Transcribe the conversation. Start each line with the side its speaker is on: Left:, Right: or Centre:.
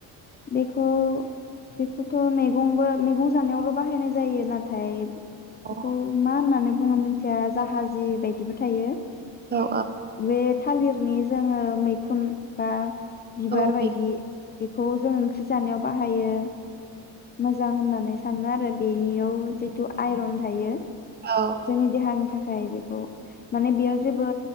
Left: बेखौ बेखौथ' मैगंबो मैगं जानायावल' बाहायनाय जायो नाथाय
Right: अ
Left: बेखौ मा होननानै बुङो मिथिया जाहाजि बायदिबो थायो।
Right: औ
Left: बे थालिरनि जोङो मैखुन बा बिबार
Right: औ उम
Left: बायदि खौ जों ओंख्रि जानायाव बाहायो। मोजां होननानै सानो आरो बेनियाव जिथु आइरन थायो।
Right: औ
Left: जोंनि देहानि थाखाय खायबो माने बेयाव जेबो